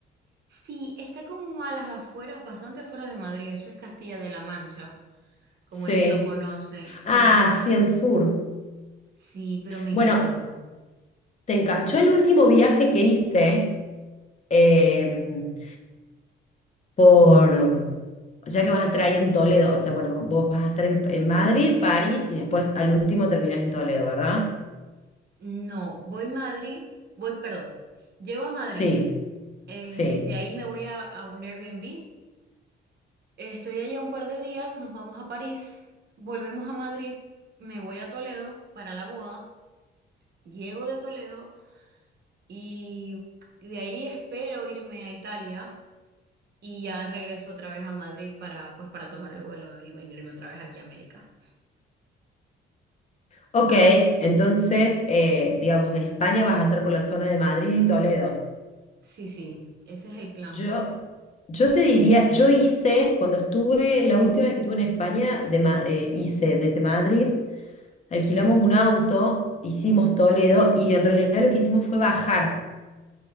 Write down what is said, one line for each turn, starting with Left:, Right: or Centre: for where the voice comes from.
Right: Sí, está como a las afueras, bastante afuera de Madrid, eso es Castilla de la Mancha, como
Left: Sí.
Right: ellos lo conocen,
Left: Ah,
Right: pero pe-
Left: sí, al sur.
Right: sí, pero me encantó.
Left: Bueno, te enca- Yo el último viaje que hice em, por, ya que vas a estar ahí en Toledo, o sea, bueno, vos vas a estar en, en Madrid, París y después al último terminas en Toledo, ¿verdad?
Right: No, voy a Madrid, voy, perdón, llego a Madrid,
Left: Sí,
Right: eh,
Left: sí.
Right: de ahí me voy a, a un Airbnb, estoy allá un par de días, nos vamos a París, volvemos a Madrid, me voy a Toledo para la boda, llego de Toledo y de ahí espero irme a Italia y ya regreso otra vez a Madrid para, pues, para tomar el vuelo y venirme otra vez aquí a América.
Left: Ok, entonces, eh, digamos, de España vas a estar por la zona de Madrid y Toledo.
Right: Sí, sí, ese es el plan.
Left: Yo, yo te diría, yo hice, cuando estuve, la última vez que estuve en España, de, Ma- eh, hice desde Madrid, alquilamos un auto, hicimos Toledo y en realidad lo que hicimos fue bajar.